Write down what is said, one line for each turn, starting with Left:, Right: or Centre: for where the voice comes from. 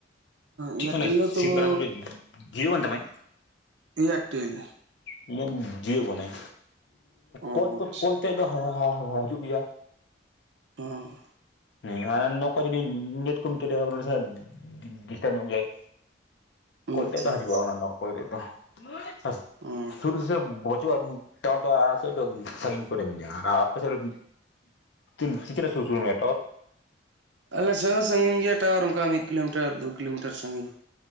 Left: ᱪᱮᱫ
Right: ᱮᱭᱟᱨᱴᱮᱞ
Left: ᱠᱟᱱᱟᱭ ᱥᱤᱢ
Right: ᱫᱚ ᱛᱚᱵᱚ
Left: ᱠᱟᱨᱰ ᱟᱢᱟᱜ ᱫᱚ ᱡᱤᱭᱳ ᱠᱟᱱ ᱛᱟᱢᱟᱭ?
Right: ᱮᱭᱟᱨᱴᱮᱞ
Left: ᱤᱧᱟᱹᱜ ᱡᱤᱭᱳ ᱠᱟᱱᱟᱭ
Right: ᱚ
Left: ᱠᱚᱞ ᱛᱚ
Right: ᱟᱪᱪᱷᱟ
Left: ᱠᱚᱞ ᱛᱮᱫ ᱫᱚ ᱦᱟᱡᱩᱜ ᱜᱮᱭᱟ᱾
Right: ᱦᱩᱸ᱾
Left: ᱦᱮᱸ ᱟᱨ ᱱᱚᱝᱠᱟ ᱡᱩᱫᱤ ᱱᱮᱴ ᱠᱚᱢ ᱪᱟᱹᱞᱩᱭᱟ <unintelligible> ᱰᱤᱥᱴᱟᱵᱽ ᱧᱚᱜ ᱜᱮᱭᱟᱭ᱾
Right: <inaudible>
Left: ᱠᱚᱞ ᱛᱮᱫ ᱫᱚ ᱦᱟᱡᱩᱜᱼᱟ
Right: ᱟᱪᱪᱷᱟ
Left: ᱚᱱᱟ ᱫᱚ ᱠᱚᱞ ᱛᱮᱫ ᱫᱚ ᱟᱨ
Right: ᱚ
Left: ᱥᱩᱨ ᱥᱮ ᱵᱟᱹᱪᱩᱜ ᱟᱵᱩᱱ ᱴᱟᱣᱟᱨ ᱫᱚ ᱟᱞᱮ ᱥᱮᱫ ᱫᱚ ᱥᱟᱺᱜᱤᱧ ᱠᱚᱨᱮ ᱢᱮᱱᱟᱭᱟ ᱟᱨ ᱟᱯᱮ ᱥᱮᱫ ᱫᱚ ᱛᱤᱱ ᱛᱤᱱᱟᱹᱜ ᱥᱩᱨ ᱥᱩᱨ ᱢᱮᱭᱟᱭ ᱴᱟᱣᱟᱨ?
Right: ᱟᱞᱮ ᱥᱮᱫ ᱦᱚᱸ ᱥᱟᱺᱜᱤᱧ ᱜᱮᱭᱟ ᱴᱟᱣᱟᱨ ᱚᱱᱠᱟ ᱢᱤᱫ ᱠᱤᱞᱳᱢᱤᱴᱟᱨ ᱫᱩ ᱠᱤᱞᱳᱢᱤᱴᱟᱨ ᱥᱟᱺᱜᱤᱧ